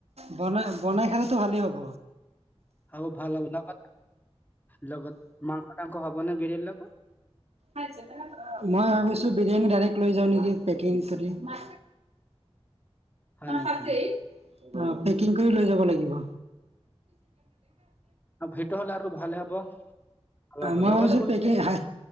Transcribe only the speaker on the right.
বনাই বনাই খালেতো ভালেই হব।
মই ভাবিছো বিৰিয়ানী ডাইৰে্ট লৈ যাওঁ নেকি পেকিং কৰি। ম
চছে। পেকিং কৰি লৈ যাব লাগিব।
মই
ভাবিছোঁ
পেকিং হাই